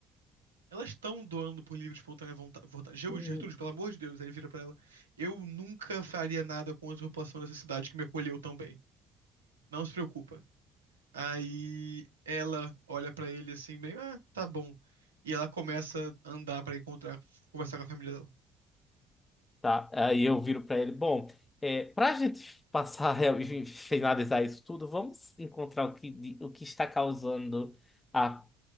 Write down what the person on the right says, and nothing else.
Elas estão doando por livre e espontânea vonta- vontade. Geu-
Gertrude, pelo amor de Deus. Aí ele vira pra ela: Eu nunca faria nada contra a população dessa cidade que me acolheu tão bem. Não se preocupa. Aí ela olha pra ele assim, meio, ah, tá bom. E ela começa a andar pra encontrar, conversar com a família dela,